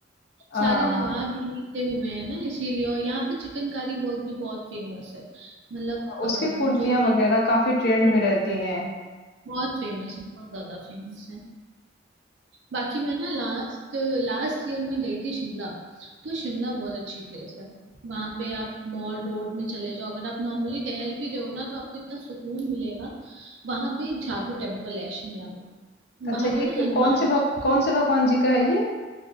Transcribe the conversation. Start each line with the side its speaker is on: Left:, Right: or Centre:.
Left: हाँ
Right: सारे नवाब
Left: हाँ
Right: यहीं से हुए हैं ना इसीलिए और यहाँ पे चिकनकारी वर्क भी बहुत फेमस है मतलब
Left: हाँ,
Right: अ,
Left: उसकी कुर्तियां
Right: जो
Left: वगैरह काफी
Right: आपको
Left: ट्रेंड में रहती हैं
Right: बहुत फेमस है बहुत ज्यादा फेमस है बाकी मैं ना लास्ट लास्ट ईयर में गई थी शिमला तो शिमला बहुत अच्छी प्लेस है वहां पे आप मॉल रोड में चले जाओ अगर आप नॉर्मली टहल भी रहे हो ना तो आपको इतना सुकून मिलेगा वहां पे एक झाकू टेम्पल है शिमला में
Left: अच्छा
Right: वहां
Left: ये
Right: पे ना
Left: क
Right: हनुमान
Left: कौन से भग
Right: जी
Left: कौन से भगवान जी का है ये?